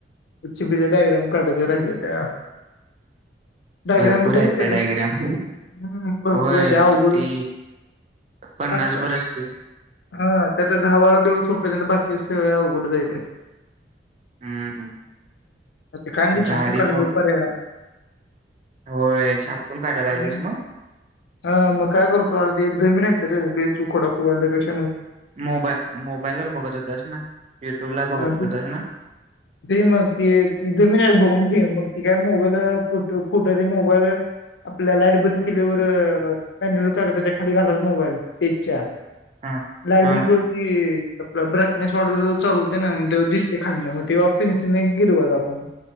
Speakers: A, on the left; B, on the right.
A: एचची पि डॅग्राम काटाचे राहिले त्या डायग्रॅम
B: भरपूर
A: बिय
B: आहेत त्या
A: तर र
B: डायग्राम
A: हम् भरपूर
B: होय
A: दवघड
B: किती पन्नास
A: अस
B: भर असतील
A: हा त्याचा दहा वारा देवळ सोपे त्यां बाकी केसे व कुठे जायथ
B: हम्म
A: ् कायली
B: गाडी
A: छप मुकाल
B: प
A: रूपर
B: होय छापून
A: ह्
B: काढायला लागलेस मग
A: अ मग काय करतो आ ते जमीन आहे. े च खोा खू बेस्.
B: मोबा मोबाईल वर बघत होतास ना युट्यूब ला बघत.
A: हां,
B: होतास ना
A: ते मग क त जमिन बघून मग त काय मोबाईल फट फुट ते मोबाईल आपल्या लाईट बंद केल्यावर म त्याच्या खाली घालात मोबाईल पच्या
B: हा
A: लायट
B: हा
A: बंद क होती आप ब्राईटनेस मॉडेल चालू हो. ना ते दिसते खाल मग तेव्हा पिनस गिरवाज आपण